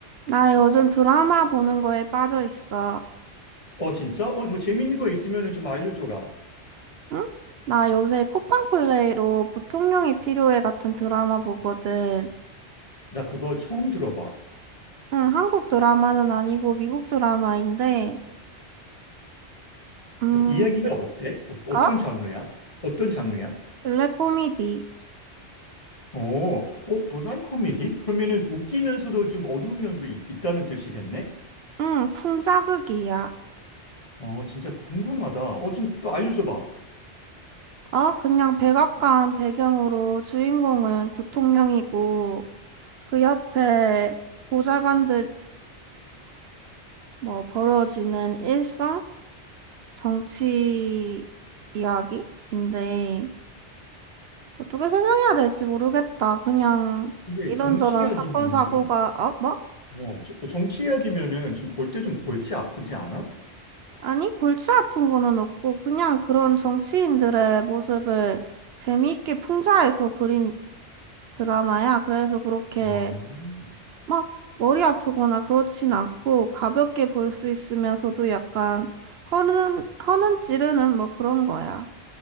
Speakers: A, on the right; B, on the left.
A: 나 요즘 드라마 보는 거에 빠져 있어.
B: 어, 진짜? 어, 뭐 재밌는 거 있으면 좀 알려줘라.
A: 응? 나 요새 쿠팡플레이로 보통령이 필요해 같은 드라마 보거든.
B: 나 그거 처음 들어봐.
A: 응, 한국 드라마는 아니고 미국 드라마인데, 음,
B: 어, 이야기가 어때? 어,
A: 어?
B: 떤 장르야? 어떤 장르야?
A: 블랙 코미디.
B: 어, 어, 블랙 코미디? 그러면은 웃기면서도 좀 어두운 면도 있, 다는 뜻이겠네?
A: 응, 풍자극이야.
B: 어, 진짜 궁금하다. 어, 좀 또 알려줘봐.
A: 어, 그냥 백악관 배경으로 주인공은 부통령이고, 그 옆에 보좌관들이랑 뭐 벌어지는 일상? 정치 이야기인데, 어떻게 설명해야 될지 모르겠다. 그냥
B: 근데
A: 이런저런
B: 정치 이야기면은,
A: 사건 사고가 어? 뭐?
B: 어, 저- 어, 정치 이야기면은 좀 볼 때 좀 골치 아프지 않아?
A: 아니 골치 아픈 거는 없고 그냥 그런 정치인들의 모습을 재미있게 풍자해서 그린 드라마야. 그래서 그렇게
B: 아,
A: 막 머리 아프거나 그렇진 않고 가볍게 볼 수 있으면서도 약간 허는 허는 찌르는 뭐 그런 거야.